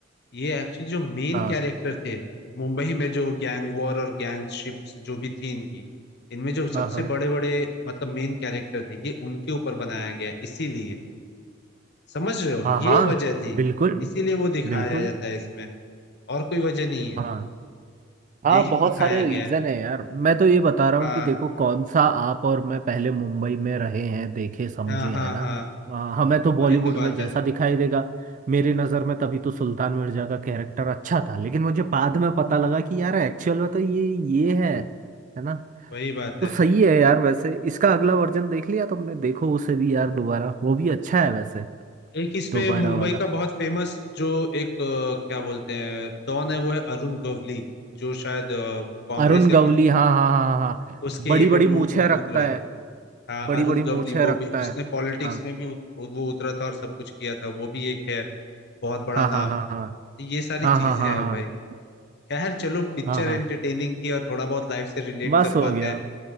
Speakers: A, on the left; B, on the right.
A: ये एक्चुअली जो मेन
B: हाँ
A: कैरेक्टर थे मुंबई में जो गैंग वॉर और गैंगशिप्स जो भी थी इनकी इनमें जो सबसे
B: हाँ हाँ
A: बड़े बड़े मतलब मेन कैरेक्टर थे ये उनके ऊपर बनाया गया है, इसीलिए समझ रहे हो
B: हाँ हाँ
A: ये वजह थी
B: बिल्कुल
A: इसीलिए वो दिखाया
B: बिल्कुल
A: जाता है इसमें और कोई वजह नहीं है
B: हाँ हाँ
A: यही
B: बहुत
A: दिखाया
B: सारे रीजन
A: गया है
B: है यार मैं तो ये बता रहा हूँ
A: हाँ
B: कि देखो कौन सा आप और मैं पहले मुंबई में रहे हैं देखे समझे
A: हाँ हाँ
B: हैं ना
A: हाँ
B: आ, हमें तो बॉलीवुड
A: वही तो बात
B: में जैसा
A: है
B: दिखाई देगा मेरी नज़र में तभी तो सुल्तान मिर्जा का कैरेक्टर अच्छा था लेकिन मुझे बाद में पता लगा कि यार एक्चुअल में तो ये ये है है ना
A: वही बात
B: तो
A: है
B: सही है यार वैसे इसका अगला वर्जन देख लिया तुमने देखो उसे भी यार दोबारा वो भी अच्छा है वैसे
A: एक इसमें
B: दोबारा
A: मुंबई
B: वाला
A: का बहुत फेमस जो एक अ, क्या बोलते हैं डॉन है वो है अरुण गवली जो शायद अ, कांग्रेस
B: अरुण गवली
A: या किसी
B: हाँ हाँ हाँ हाँ
A: उसके
B: बड़ी
A: ये पे
B: बड़ी
A: भी
B: मूछें
A: उ- उ-
B: रखता
A: उतरा
B: है
A: हाँ
B: बड़ी
A: अरुण
B: बड़ी
A: गवली
B: मूछें
A: वो
B: रखता
A: भी उसने
B: है
A: पॉलिटिक्स
B: हाँ
A: में भी उत, वो उतरा था और सब कुछ किया था वो भी एक है बहुत बड़ा
B: हाँ
A: नाम
B: हाँ हाँ
A: तो
B: हाँ
A: ये सारी
B: हाँ
A: चीजें
B: हाँ हाँ
A: हैं
B: हाँ
A: भाई खैर चलो पिक्चर
B: हाँ हाँ
A: एंटरटेनिंग थी और थोड़ा बहुत लाइफ से रिलेट
B: बस
A: कर
B: हो
A: पाते
B: गया
A: हैं